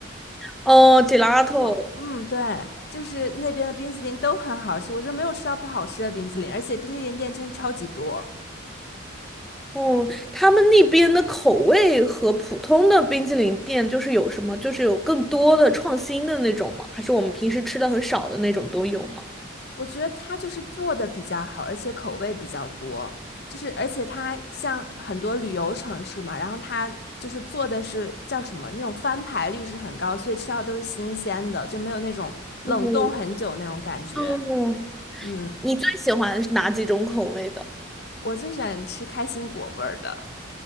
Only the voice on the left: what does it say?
那种，嗯，对，就是那边的冰激凌都很好吃，我就没有吃到不好吃的冰激凌，而且冰激凌店真的超级多。
我觉得它就是做的比较好，而且口味比较多，就是而且它像很多旅游城市嘛，然后它就是做的是叫什么那种翻牌率是很高，所以吃到都是新鲜的，就没有那种冷冻很久那种感觉。
嗯，
我最喜欢吃开心果味儿的，